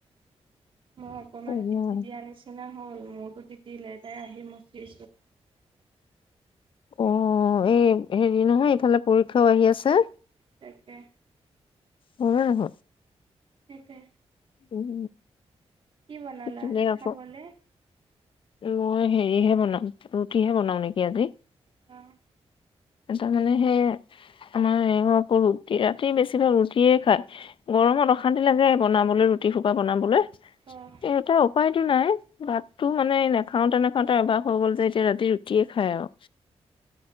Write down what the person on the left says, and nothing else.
মানে
অ এই হেৰি নহয় ইফালে পৰীক্ষাও আহি আছে
হলে হল
উম
শিকিলেই কাপ
মই হেৰিহে বনাম ৰুটি হে বনাও নেকি আজি
তাৰমানানে সেই আমাৰ এই আকৌ ৰুটি ৰাতি বেছিভাগ ৰুটিয়ে খায় গৰমত অশান্তি লাগে বনাবলৈ ৰুটি ফোপা বনাবলৈ
টা উপায়তো নাই ভাতটো মানে নাখাওঁতে নাখাওঁতে এভাস হৈ গ'ল যে এতিয়া ৰাতি ৰুটিয়ে খায় আৰু